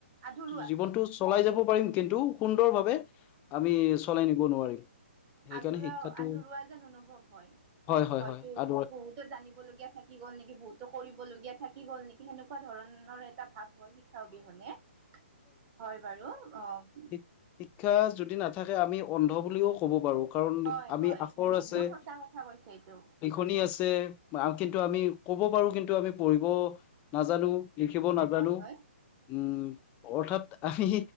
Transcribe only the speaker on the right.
আধৰুৱা
আধৰা
আধৰুৱা যেন অনুভৱ হয়,
হয়তো
বহুত তো জানিবলগীয়া থাকি গ'ল নেকি, বহুতো কৰিবলগীয়া থাকি গ'ল নেকি সেনেকুৱা ধৰণৰ এটা ভাৱ হয়। <unintelligible> হয় বাৰু অঁ-
হয়
হয়
একদম সঁচা কথা কৈছে এইটো
হয় হয়